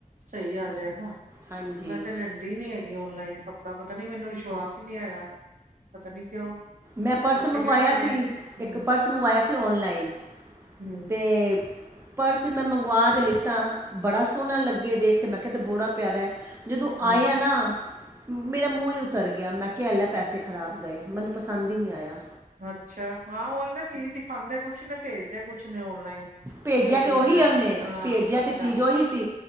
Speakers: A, on the right; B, on the right.
A: ਸਹੀ ਆ ਜਾਏਗਾ,
B: ਹਾਂਜੀ
A: ਮੈਂ ਤੇ ਲੈਂਦੀ ਦੀ ਨੀ ਹੈਗੀ ਓਨਲਾਈਨ ਕੱਪੜਾ, ਪਤਾ ਨੀ ਮੈਨੂੰ ਵਿਸ਼ਵਾਸ ਈ ਨਹੀਂ ਹੈਗਾ ਪਤਾ ਨੀ ਕਿਉਂ।
B: ਮੈਂ ਪਰਸ
A: ਬੱਚੇ
B: ਮੰਗਵਾਇਆ
A: ਕਹਿਣਗੇ
B: ਸੀ,
A: ਹਮ
B: ਇੱਕ ਪਰਸ ਮੰਗਵਾਇਆ ਸੀ ਔਨਲਾਈਨ।
A: ਹਮ।
B: ਤੇਬ। ਪਰਸ ਮੈਂ ਮੰਗਵਾ ਤੇ ਲਿੱਤਾ, ਬੜਾ ਸੋਹਣਾ ਲੱਗੇ ਦੇਖ ਕੇ ਮੈਂ ਕਿਹਾ ਤੇ ਬੜਾ ਪਿਆਰਾ ਐ। ਜਦੋਂ
A: ਹਮ
B: ਆਇਆ ਨਾ ਮੇਰਾ ਮੂੰਹ ਈ ਉਤਰ ਗਿਆ, ਮੈਂ ਕਿਹਾ ਐਲੈ ਪੈਸੇ ਖ਼ਰਾਬ ਗਏ ਮੈਨੂੰ ਪਸੰਦ ਈ ਨਹੀਂ ਆਇਆ।
A: ਅੱਛਾ, ਹਾਂ ਉਹਹੀ ਨਾ ਚੀਜ਼ ਦਿਖਾਉਂਦੇ ਕੁਛ ਨੇ ਭੇਜਦੇ ਕੁਛ ਨੇ ਔਨਲਾਈਨ।
B: ਭੇਜਿਆ
A: ਸ਼ੋਪਿੰਗ
B: ਤੇ ਉਹੀ
A: ਦਾ
B: ਉਹਨੇ
A: ਹਾਂ
B: ਭੇਜਿਆ
A: ਅੱਛਾ
B: ਤੇ ਚੀਜ਼ ਉਹੀ ਸੀ